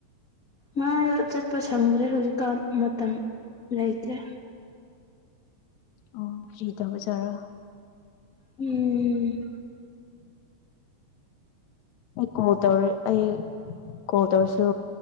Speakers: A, on the left; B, on the left.
A: ꯃꯥ ꯆꯠꯄ ꯁꯪꯗ꯭ꯔꯦ ꯍꯧꯖꯤꯛꯀꯥꯟ ꯃꯇꯝ ꯂꯩꯇ꯭ꯔꯦ
B: ꯑꯣ ꯐ꯭ꯔꯤ ꯇꯧꯕꯖꯥꯔꯣ
A: ꯎꯝ
B: ꯑꯩ ꯀꯣꯜ ꯇꯧꯔ ꯑꯩ ꯀꯣꯜ ꯇꯧꯔꯁꯨ